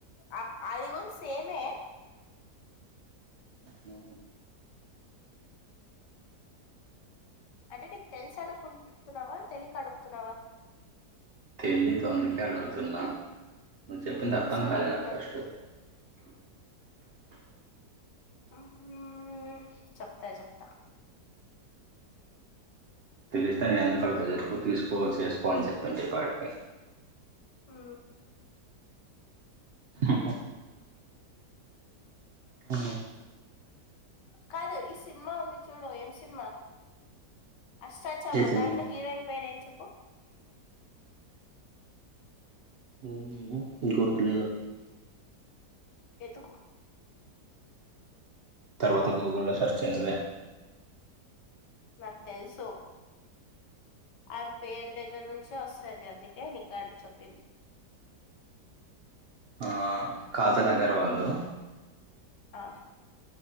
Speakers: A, on the left; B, on the right.
A: అ అదిగూడ సేమే
B: ఉ
A: అంటే నీకు తెలిసు అడుకుంటున్నావా తెలిక అడుగుతున్నావా
B: తెలీదు అందుకే అడుగుతున్నా నువ్వు చెప్పింది
A: నీకు తెలిసి
B: అర్థం కాలే
A: అడుగుతున్నా
B: నాకు ఫస్ట్ అ
A: ఉ చెప్తా చెప్తా
B: తెలిస్తే నేను ఎందుకుడత చెప్పు తీసుకో చేసుకో అని చెప్తుంటే ఈ పాటికే
A: ఉ
B: ఉహు ఉ
A: కాదు ఈ సినిమా ఉంది చూడు ఏం సినిమా అష్టా చమ్మా
B: ఏ సినిమా
A: దాంట్లో హీరోయిన్ పేరు ఏం చెప్పు
B: ఉహు గుర్తులేదు
A: ఎతుకు
B: తర్వాత గూగుల్లో సెర్చచెయ్ నువ్వే
A: నాకు తెలుసు ఆయమె పేరు దగ్గర నుంచే వస్ సరే అందుకే నీకి అడికి చెప్పింది
B: ఆ కాజల్ అగర్వాలు
A: ఆ